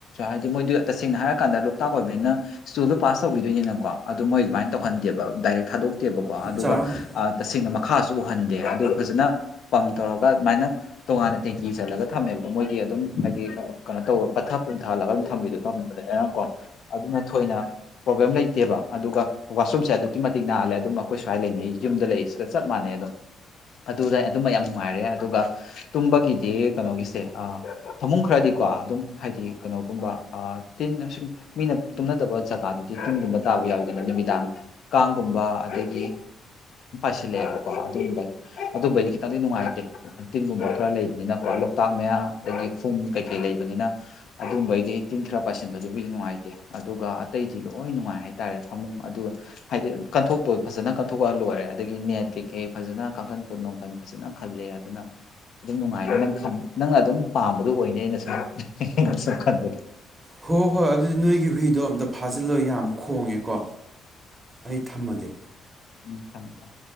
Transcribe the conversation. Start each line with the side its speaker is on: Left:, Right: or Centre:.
Left: ꯍꯥꯏꯗꯤ ꯃꯣꯏꯗꯤ ꯇꯁꯦꯡꯅ ꯍꯥꯏꯔꯀꯥꯟꯗ ꯂꯣꯛꯇꯥꯛ ꯑꯣꯏꯕꯅꯤꯅ ꯇꯨꯌꯦꯦꯜꯞꯇ ꯄꯥꯁ ꯇꯧꯈꯤꯗꯣꯏꯅꯤꯅꯀꯣ ꯑꯗꯣ ꯃꯣꯏ ꯑꯗꯨꯃꯥꯏꯅ ꯇꯧꯍꯟꯗꯦꯕ ꯗꯥꯏꯔꯦꯛ ꯊꯥꯗꯣꯛꯇꯦꯕꯀꯣ ꯑꯗꯨꯒ
Right: ꯆꯥꯔꯝꯃꯣ
Left: ꯤꯡꯅ ꯃꯈꯥꯁꯨ ꯎꯍꯟꯗꯦ ꯑꯗꯨ ꯐꯖꯅ ꯄꯝ ꯇꯧꯔꯒ ꯑꯗꯨꯃꯥꯏꯅ ꯇꯣꯉꯥꯟꯅ ꯇꯦꯡꯀꯤ ꯆꯠꯂꯒ ꯊꯝꯃꯦꯕ ꯃꯣꯏꯒꯤ ꯑꯗꯨꯝ ꯍꯥꯏꯗꯤ ꯀꯩꯅꯣ ꯇꯧꯕ ꯄꯊꯛ ꯄꯨꯝ ꯊꯥꯍꯜꯂꯒ ꯑꯗꯨꯝ ꯊꯝꯕꯤꯗꯣ ꯊꯝꯕꯗ ꯑꯩꯅꯀꯣ ꯑꯗꯨꯅ ꯊꯣꯏꯅ ꯄ꯭ꯔꯣꯕ꯭ꯂꯦꯝ ꯂꯩꯇꯦꯕ ꯑꯗꯨꯒ ꯋꯥꯁꯔꯨꯝꯁꯦ ꯑꯗꯨꯛꯀꯤ ꯃꯇꯤꯛ ꯅꯥꯜꯂꯦ ꯑꯗꯨꯝ ꯑꯩꯈꯣꯏ ꯁ꯭ꯋꯥꯏ ꯂꯩꯅꯩ ꯌꯨꯝꯗ ꯂꯩꯔꯤꯁꯦ ꯆꯞ ꯃꯅꯦ ꯑꯗꯨꯝ ꯑꯗꯨꯗ ꯑꯗꯨꯃ ꯌꯥꯝ ꯅꯨꯡꯉꯥꯏꯔꯦ ꯑꯗꯨꯒ ꯇꯨꯝꯕꯒꯤꯗꯤ ꯀꯩꯅꯣꯒꯤꯁꯦ ꯐꯃꯨꯡ ꯈꯔꯗꯤꯀꯣ ꯑꯗꯨꯝ ꯍꯥꯏꯗꯤ ꯀꯩꯅꯣꯒꯨꯝꯕ ꯇꯤꯟ ꯁꯨꯝ ꯃꯤꯅ ꯇꯨꯝꯅꯗꯕ ꯖꯒꯥꯗꯤ ꯇꯨꯡꯒꯨꯝꯕ ꯇꯥꯕ ꯌꯥꯎꯗꯅ ꯅꯨꯃꯤꯗꯥꯡ ꯀꯥꯡꯒꯨꯝꯕ ꯑꯗꯒꯤ ꯁꯤꯜꯂꯛꯑꯦꯕꯀꯣ ꯑꯗꯨꯒꯕ ꯑꯗꯨꯝꯕꯗꯤ ꯈꯤꯇꯪꯗꯤ ꯅꯨꯡꯉꯥꯏꯇꯦꯇꯤꯟꯒꯨꯝꯕ ꯈꯔ ꯂꯩ ꯅ ꯂꯣꯛꯇꯥꯛ ꯃꯌꯥ ꯑꯗꯒꯤ ꯐꯨꯝ ꯀꯩꯀꯩ ꯂꯩꯕꯅꯤꯅ ꯑꯗꯨꯝꯕꯩ ꯇꯤꯟ ꯈꯔ ꯄꯥꯏꯁꯤꯟꯕꯗꯨꯕꯨꯗꯤ ꯅꯨꯡꯉꯥꯏꯇꯦ ꯑꯗꯨꯒ ꯑꯇꯩꯗꯤ ꯂꯣꯏ ꯅꯨꯡꯉꯥꯏ ꯍꯥꯏꯇꯥꯔꯦ ꯐꯃꯨꯡ ꯑꯗꯨꯒ ꯍꯥꯏꯗꯤ ꯀꯟꯊꯣꯛꯇꯣ ꯐꯖꯅ ꯀꯟꯊꯣꯛꯑ ꯂꯣꯏꯔꯦꯗꯤ ꯑꯗꯒꯤ ꯅꯦꯠ ꯀꯩꯀꯩ ꯐꯖꯅ ꯀ ꯀꯥꯡꯈꯠꯄꯠ ꯅꯣꯡꯈꯟ ꯐꯖꯅ ꯈꯜꯂꯦ ꯑꯗꯨꯅ ꯑꯗꯨꯝ ꯅꯨꯡꯉꯥꯏꯅꯦ ꯅꯪ ꯅꯪꯅ ꯑꯗꯨꯝ ꯄꯥꯝꯕꯗꯨ ꯑꯣꯏꯅꯅꯦ ꯑꯩꯅ ꯁꯨꯝ ꯑꯩꯅ ꯁꯨꯝ ꯈꯟꯕ
Right: ꯍꯣꯏ ꯍꯣꯏ ꯑꯗꯨꯗꯤ ꯅꯣꯏꯒꯤ ꯍꯨꯏꯗꯣ ꯑꯝꯇ ꯐꯥꯖꯤꯜꯂꯣꯏ ꯌꯥꯝ ꯈꯣꯡꯉꯦꯀꯣ ꯑꯩ ꯊꯝꯃꯒꯦ
Left: ꯎꯝ ꯀꯃ ꯊꯝ